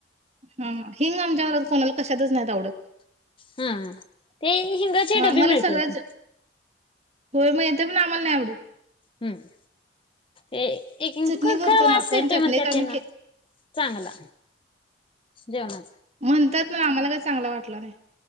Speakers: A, on the right; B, on the left.
A: हम. हिंग आमच्यारात कोणाला कशात? नाही आवडत.
B: हा ते हिंगाचे
A: हा
B: डबी
A: मला
B: मिळते
A: सगळ्याच
B: का?
A: होय मिळतंय पण आम्हाला नाही आवडत.
B: हम्म. एक
A: चटणी करतो
B: खर वाच
A: ना आपण
B: येतोय
A: चटणीत
B: मण त्या
A: आम्ही
B: त्यांना
A: के
B: चांगला जेवणच.
A: म्हणतात ना आम्हाला काय चांगला वाटलं नाही.